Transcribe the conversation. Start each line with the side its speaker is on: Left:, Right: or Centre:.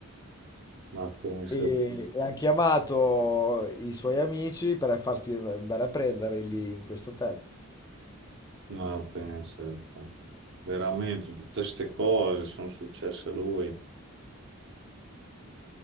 Right: Ma pensa,
Left: E, e ha chiamato i suoi amici per farsi andare a prendere lì in questo hotel.
Right: ma pensa. te. Veramente, tutte queste cose sono successe a lui.